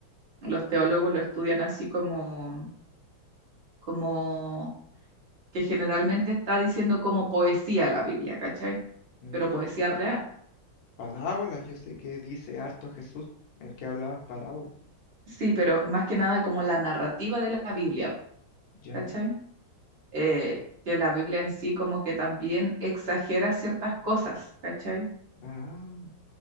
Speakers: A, on the right; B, on the left.
A: Los teólogos lo estudian así como... como que generalmente está diciendo como poesía la Biblia, ¿cachai?
B: Mm,
A: Pero poesía real.
B: parábolas, yo sé que dice harto Jesús, el que hablaba en parábolas.
A: Sí, pero más que nada como la narrativa de la Biblia,
B: Ya.
A: ¿cachai? Eh, que la Biblia en sí como que también exagera ciertas cosas, ¿cachai?
B: Ah.